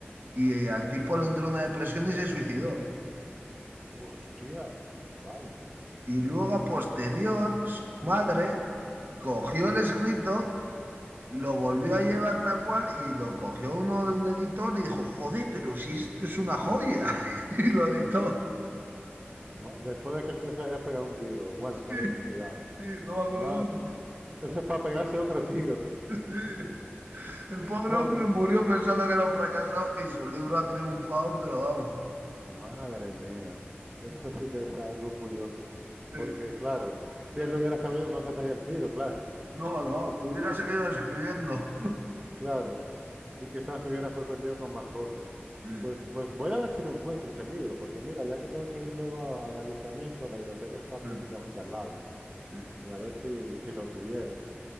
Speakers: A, on the right; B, on the right.
A: y eh, al tipo le entró una depresión y se suicidó.
B: Hostia, vaya,
A: Y luego
B: madre.
A: a posterior, su madre cogió el escrito, lo volvió a llevar tal cual y lo cogió uno de un editor y dijo, joder, pero si esto es una joya. <laughs> Y lo editó.
B: Ma- Después de que el tío se había pegado un tiro, bueno,
A: Sí,
B: se había suicidado.
A: sí, no me acuerdo
B: Madre,
A: cómo. sí.
B: eso es para pegarse otro tiro, tío.
A: <laughs> El
B: <laughs>
A: pobre
B: Joder,
A: hombre murió pensando que era un fracasado y su libro ha triunfado, pero vamos.
B: madre mía. Esto sí que es algo curioso.
A: eh,
B: Porque, claro, si él lo hubiera sabido, no se pega el tiro, claro,
A: no, no, hubiera seguido escribiendo. <laughs>
B: <laughs> claro. Y quizás se hubiera sorprendido con más cosas.
A: Sí,
B: Pues, pues voy a ver si lo encuentro ese libro, porque mira, ya que tengo que ir luego a- al ayuntamiento, la biblioteca está prácticamente
A: sí,
B: al lado,
A: sí.
B: y a ver si, si lo tuvieran.